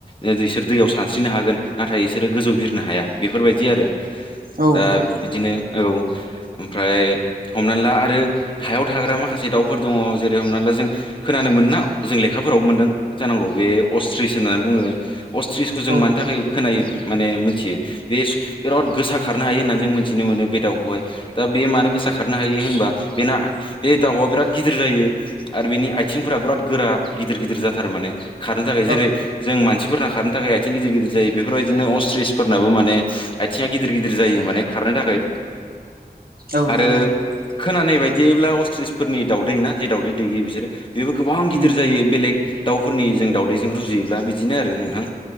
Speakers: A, on the left; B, on the right.
A: ओ बिसोर दैयाव सानस्रिनो हागोन नाथाय बिसोरो गोजौ बिरनो हाया बेफोरबायदि आरो। दा
B: औ
A: बिदिनो औ ओमफ्राय हमनानै ला आरो हायाव थाग्रा माखासे दाउफोर दङ' जेरै हमना ला जों खोनानो मोना जों लेखाफोराव मोन्दों जानांगौ बे अस्थ्रिस होननानै बुङो। अस्थ्रिसखौ जों
B: औ
A: मानो थाखाय खोनायो माने मोनथियो बे बिराद गोसा खारनो हायो होननानै जों मिथिनो मोनो बे दाउखौहाय। दा बे मानो गोसा खारनो हायो होनबा बेना बे दाउआ बिराद गिदिर जायो। आरो बिनि आथिंफोरा बिराद गोरा गिदिर गिदिर जाथार माने खारनो थाखाय जेरै
B: औ
A: जों मानसिफोरना खारनो थाखाय आथिं गिदिर गिदिर जायो बेफोरबायदिनो अस्थ्रिसफोरनाबो माने आथिङा गिदिर गिदिर जायो माने खारनो थाखाय
B: औ
A: आरो
B: नंगौ
A: खोनानाय बायदि जेब्ला अस्थ्रिसफोरनि दाउदै ना जे दावदै दैयो बिसोरो बेबो गोबां गिदिर
B: उम
A: जायो बेलेग दाउफोरनि जों दावदैजों रुजुयोब्ला बिदिनो आरो नोंथां